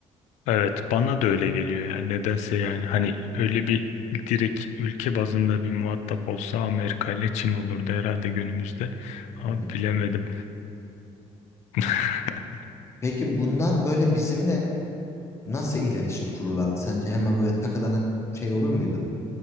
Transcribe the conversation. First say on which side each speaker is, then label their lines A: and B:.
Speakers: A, on the left; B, on the left.
A: Evet bana da öyle geliyor ya nedense yani hani öyle bir direkt ülke bazında bir muhatap olsa Amerika ile Çin olurdu herhalde günümüzde ama
B: Hı hı.
A: bilemedim. <laughs>
B: Peki bunlar böyle bizimle nasıl iletişim kururlardı? Sence hemen böyle takadanak şey olur muydu?